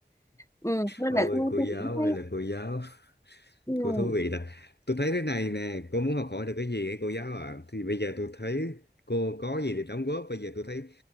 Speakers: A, on the left (about 15°); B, on the left (about 70°).
A: ừ, nên
B: ôi
A: là tôi
B: cô
A: tôi
B: giáo
A: cảm thấy
B: ơi là cô giáo
A: ừ,
B: cô thú vị là tôi thấy thế này nè cô muốn học hỏi được cái gì ấy cô giáo ạ thì bây giờ tôi thấy cô có gì để đóng góp bây giờ tôi thấy